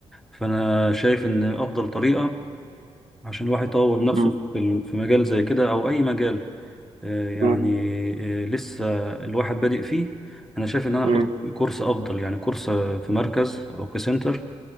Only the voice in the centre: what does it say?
فأنا شايف إن أفضل طريقة عشان الواحد يطور نفسه
في ال- في مجال زي كده او اي مجال آه، يعني
آه، لسه الواحد بادئ فيه انا شايف ان انا اخد
كورس افضل يعني كورس آه، في مركز او في سنتر